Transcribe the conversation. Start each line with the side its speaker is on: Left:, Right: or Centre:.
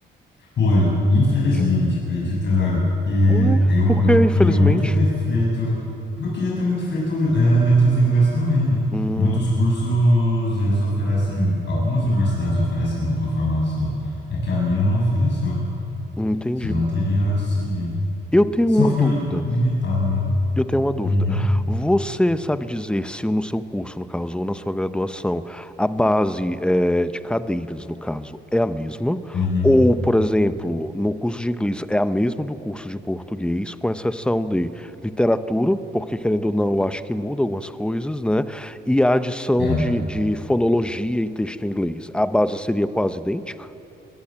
Left: Foi, infelizmente,
Centre: Entendi.
Left: acredita, Eduardo, porque
Centre: Não é?
Left: eu,
Centre: Porque,
Left: eu
Centre: infelizmente.
Left: queria muito ter feito. porque Eu queria ter muito feito le- eh, letras em inglês também, né?
Centre: Hum,
Left: Muitos cursos, eles oferecem. Algumas universidades oferecem dupla formação. É que a minha não ofereceu.
Centre: entendi.
Left: Senão teria seguido.
Centre: Eu tenho
Left: Senão
Centre: uma
Left: fica
Centre: dúvida.
Left: me limitado, né?
Centre: Eu tenho uma dúvida.
Left: Uhum,
Centre: Você sabe dizer se no seu curso, no caso, ou na sua graduação, a base eh, de cadeiras, no caso, é a mesma?
Left: uhum.
Centre: Ou, por exemplo, no curso de inglês é a mesma do curso de português, com exceção de literatura, porque querendo ou não, eu acho que muda algumas coisas, né? E a adição
Left: É.
Centre: de, de fonologia e texto em inglês. A base seria quase idêntica?